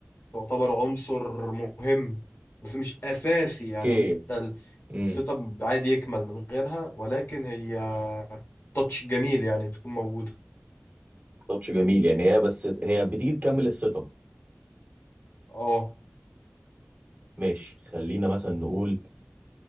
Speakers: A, on the left (about 65°); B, on the right (about 50°).
A: تعتبر عنصر مهم بس مش اساسي يعني
B: اوكي
A: انت ال-
B: امم
A: السيت اب عادي يكمل من غيرها ولكن هي تاتش جميل يعني تكون موجودة
B: تاتش جميل يعني هي بس هي بتيجي تكمل السيت اب
A: اه
B: ماشي خلينا مثلا نقول